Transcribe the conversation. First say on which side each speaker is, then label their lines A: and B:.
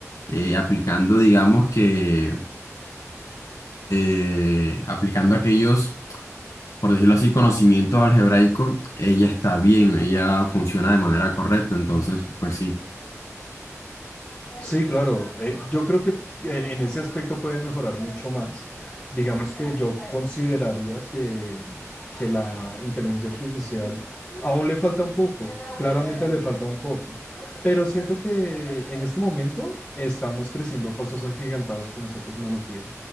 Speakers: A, on the left; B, on the left.
A: eh, aplicando, digamos que, eh, aplicando aquellos, por decirlo así, conocimientos algebraicos, ella está bien, ella funciona de manera correcta, entonces, pues sí,
B: Sí, claro. Eh, yo creo que en, en ese aspecto puede mejorar mucho más. Digamos que yo consideraría que, que la inteligencia artificial aún le falta un poco, claramente le falta un poco, pero siento que en este momento estamos creciendo a pasos agigantados con esa tecnología